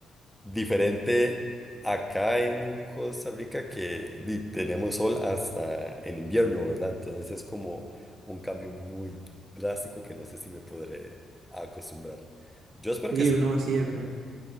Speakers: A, in the centre; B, on the right.
A: diferente acá en Costa Rica que di, tenemos sol hasta en invierno, ¿verdad? Entonces es como un cambio muy drástico que no sé si me podré acostumbrar. Yo espero
B: Sí,
A: que sí.
B: no, sí, es verdad.